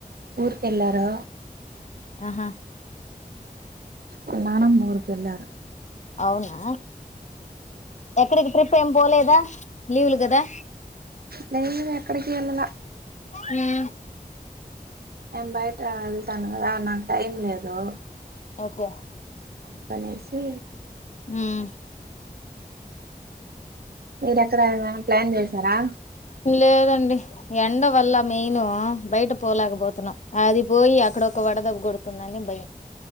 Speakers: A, on the right (about 80°); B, on the left (about 50°).
A: ఊరికెళ్ళారు
B: ఆహా
A: స్నానం ఊరుకి ఎలార
B: అవునా ఎక్కడికి ట్రిప్ ఏమి పోలేదా లీవ్ లు కదా
A: లే లే ఎక్కడికి వెళ్లలే
B: హుమ్
A: ఏం బయట తాను కదా నాకు టైం లేదు
B: ఓకే
A: అందుకనేసి
B: హ్మ్
A: మీరూ ఎక్కడ ఏదైనా ప్లాన్ చేసారా
B: లేదండి ఎండ వల్ల మేయిను బయట పోలేకపోతున్నాం అది పోయి అక్కడ ఒక వడ దెబ్బ కొడుతుందని భయం